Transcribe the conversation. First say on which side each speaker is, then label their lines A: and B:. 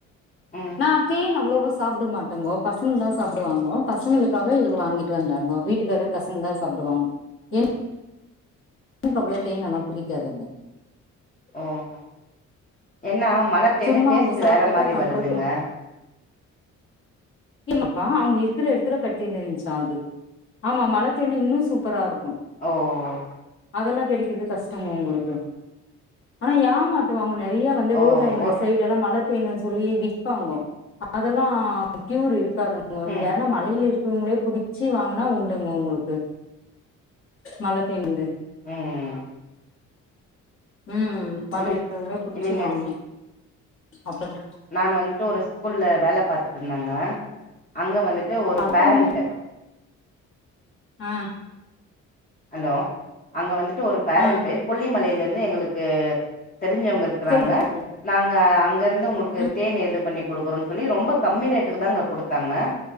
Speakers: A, on the left; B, on the left.
A: ம்
B: நான் தேன் அவ்வளவுவ சாப்பிட மாட்டேங்கோ பசங்க தான் சாப்பிடுவாங்கோ பசங்களுக்காக இவரு வாங்கிட்டு வந்தாருங்க வீட்டுக்காரு பசங்க தான் சாப்பிடுவாங்க என பெண்ணுகு அவ்ளோ தோன்அல்லாம் புடி பிடிக்காதுங்கா
A: ஓஹ ஹ என்ன மழைத்தேன்னு
B: சும்மா
A: டேஸ்ட்டு
B: அவங்க சாப்ட்டாக்கா
A: வேற மாரி
B: கம்பல்
A: வருதுங்க
B: பண் இல்ல இப்பா அவங்க இருக்கிறடுத்து த்துல கட்டினுவிச்சான் அது ஆமா மழைத்தோன் இன்னும் சூப்பரா இருக்கும்
A: ஓவ்
B: அதுல்லாம் கிடைக்கிறது கஷ்டங்க உங்களுக்கு ஆனா ஏமாத்துவங்க நே நிறைய வந்து ரோடல
A: ஓ
B: இந்த
A: ஒ
B: சைடு எல்லாம் மழை தேணும் சொல்லி விற்பாங்க அதெல்லாம் ப்யூர் இருக்காதுங்கோ நீங்க
A: ம்
B: ஏன்னா மலையில இருக்கவங்களே குடி ச்சி வாங்கினா உண்டுங்க உங்களுக்கு மலை தேன் உண்டு
A: உம்
B: உம் மாதிரி
A: இல்லி
B: இருக்குவங்களே புடிச்சி
A: இல்லிங்க
B: வாங்கணும் அப்பதான்
A: நான் வந்துட்டு ஒரு ஸ்கூல்ல வேலை பாரத்துட்டு இருந்தேங்க அங்க வந்துட்டு ட்டு ஒரு
B: பழப்பழமே
A: பேரண்ட்
B: ஆஹ
A: ஹலோ அங்க வந்து டூ ஒரு பேரண்ட்
B: ஆ
A: கொல்லிமலையில்ல இல்ல எங்களுக்கு தெரிஞ்சவங்க இருக்குறாங்க
B: சொல்லுங்க கேக்குது
A: நாங்க அங்க இருந்து உங்களுக்கு
B: ம்
A: தேன்னு எது பண்ணி குடுக்குறோன்னு சொல்லி ரொம்ப கம்மி ரேட்டுக்கு தாங்க குடுத்தாங்க